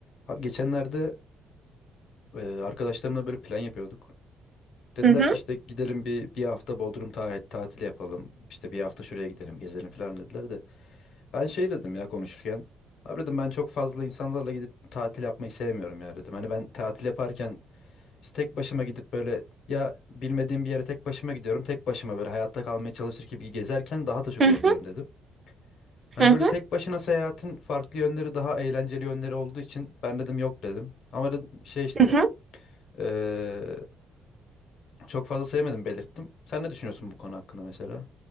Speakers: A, on the left; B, on the right.
A: Abi geçenlerde e, arkadaşlarımla böyle plan yapıyorduk. Dediler
B: Hı hı,
A: ki işte gidelim bir bir hafta Bodrum ta tatili yapalım. İşte bir hafta şuraya gidelim, gezelim falan dediler de. Ben şey dedim ya konuşurken. Abi dedim ben çok fazla insanlarla gidip tatil yapmayı sevmiyorum ya dedim. Hani ben tatil yaparken işte tek başıma gidip böyle ya bilmediğim bir yere tek başıma gidiyorum. Tek başıma böyle hayatta kalmaya çalışır gibi gezerken daha da çok
B: hı
A: eğleniyorum
B: hı,
A: dedim. Hani
B: hı hı,
A: böyle tek başına seyahatin farklı yönleri daha eğlenceli yönleri olduğu için ben dedim yok dedim. Ama dedim şey işte
B: hı hı.
A: ee, çok fazla sevmedim belirttim. Sen ne düşünüyorsun bu konu hakkında mesela?